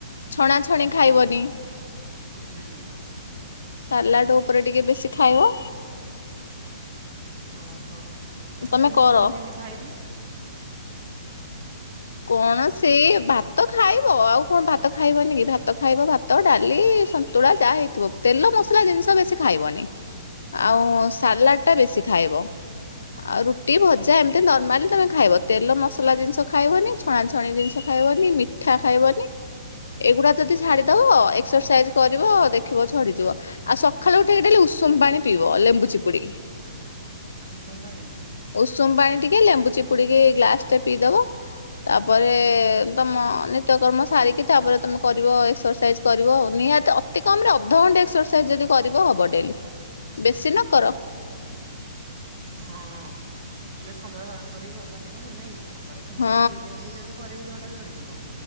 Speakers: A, on the left; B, on the right.
A: ଛଣାଛଣି
B: ହୁଁ
A: ଖାଇବନି।
B: ହୁଁ
A: ସାଲାଡ ଉପରେ ଟିକେ ବେଶୀ ଖାଇବ।
B: ଓହୋ ତଥାପି
A: ତମେ କର
B: ମୁଁ କଣ କେମିତି ଖାଇବି?
A: କଣ ସେ ଭାତ ଖାଇବ ଆଉ କଣ ଭାତ ଖାଇବନି କି। ଭାତ ଭାତ ଖାଇବ ଭାତ ଡାଲି ସନ୍ତୁଳା ଯାହା ହେଇଥିବ ତେଲ ମସଲା ଜିନିଷ ବେଶି ଖାଇବନି। ଆଉ ସାଲାଡ଼ ଟା ବେଶୀ ଖାଇବ। ଆଉ ରୁଟି ଭଜା ଏମିତି ନର୍ମାଲି ତମେ ଖାଇବ ତେଲ ମସଲା ଜିନିଷ ଖାଇବନି। ଛଣାଛଣି ଜିନିଷ ଖାଇବନି ମିଠା ଖାଇବନି। ଏଗୁଡା ଯଦି ଛାଡ଼ିଦବ ଏକ୍ସରସାଇଜ୍ କରିବ ଦେଖିବ ଝଡିଯିବ। ଆଉ ସକାଳୁ ଉଠିକି ଡେଲି ଉଷୁମ ପାଣି ପିଇବ ଲେମ୍ବୁ ଚିପୁଡିକି।
B: ଉଷୁମ୍ ପାଣି।
A: ଉଷୁମ ପାଣି ଟିକେ ଲେମ୍ବୁ ଚିପୁଡିକି ଗ୍ଲାସ ଟେ ପିଇଦବ। ତାପରେ ତମ ନିତ୍ୟକର୍ମ ସାରିକି ତାପରେ ତମେ କରିବ ଏକ୍ସରସାଇଜ। କରିବ ଆଉ। ନିହାତି ଅତି କମ ରେ ଅଧ ଘଣ୍ଟେ ଏକ୍ସରସାଇଜ ଯଦି କରିବ ହବ ଡେଲି। ବେଶୀ ନ କର।
B: ହଁ। ଟିକେ ସମୟ ବାହାର କରିକି ଗଲେ ହେବ ହେବ ନାଇଁ କି। ସକାଳେ ସଧ୍ୟାବେଳେ
A: ହଁ
B: ଦୁଇ ଟାଇମ୍ ବି ଯଦି କରିବି ଦେହଟା ଝଡ଼ିଯିବ।